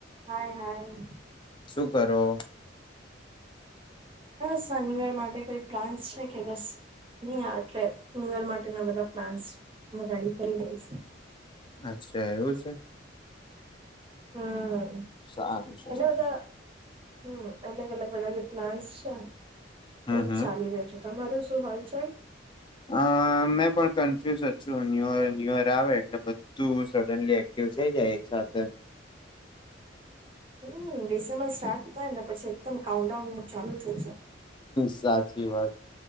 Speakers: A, on the right; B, on the left.
A: હાય hi.
B: શું કરો?
A: બસ આ ન્યુયર માટે કોઈ પ્લાન્સ છે કે બસ નહી એટલે ન્યુયર માટેના બધા પ્લાન્સ હું રેડી કરી રહી છું.
B: અચ્છા એવું છે.
A: હમ્મ.
B: સારું છે
A: એલોકો,
B: સારું.
A: હમ્મ, અલગ અલગ અલગ જે પ્લાનસ છે
B: હમ
A: એજ
B: હમ.
A: ચાલી રહ્યો છે. તમારું શ શું હાલ ચાલ?
B: આ મેં પણ કન્ફ્યૂઝ જ છુ. ન્યયર ન્યુયર આવે એટલે બધું સડનલી એક્ટિવ થઈ જાય એક સાથે.
A: હમ્મ, ડિસેમ્બર સ્ટાર્ટ થાય ને પછી એકદમ કાઉન્ટડાઉન ચાલુ થઈ જાય
B: સાચી વાત